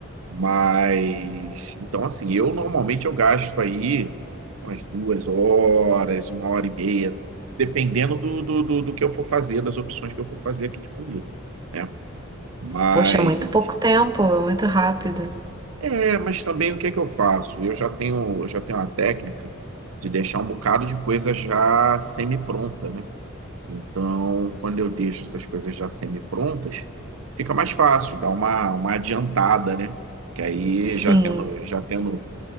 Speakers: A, on the right; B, on the right.
A: Mas então assim, eu normalmente eu gasto aí umas duas horas, uma hora e meia, dependendo do, do, do, do que eu for fazer, das opções que eu for fazer aqui de comida, né? Mas
B: Poxa, muito pouco tempo, muito rápido.
A: é, mas também o que é que eu faço? Eu já tenho, eu já tenho uma técnica de deixar um bocado de coisa já semi-pronta, né? Então, quando eu deixo essas coisas já semi-prontas, fica mais fácil, dá uma, uma adiantada, né? Que aí
B: Sim.
A: já tendo, já tendo,